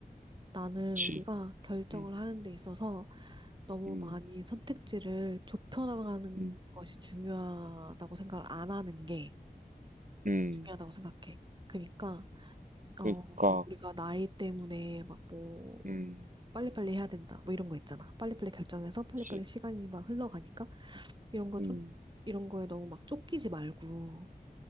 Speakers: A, on the right; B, on the right.
A: 나는
B: 그치,
A: 우리가 결정을
B: 음,
A: 하는 데 있어서 너무
B: 음,
A: 많이 선택지를 좁혀나가는
B: 음,
A: 것이 중요하다고 생각을 안 하는 게
B: 음,
A: 중요하다고 생각해. 그러니까 어
B: 그러니까,
A: 우리가 나이 때문에 막 뭐
B: 음,
A: 빨리빨리 해야 된다 뭐 이런 거 있잖아. 빨리빨리 결정해서 빨리빨리
B: 그치,
A: 시간이 막 흘러가니까
B: 음,
A: 이런 거
B: 음,
A: 좀 이런 거에 너무 막 쫓기지 말고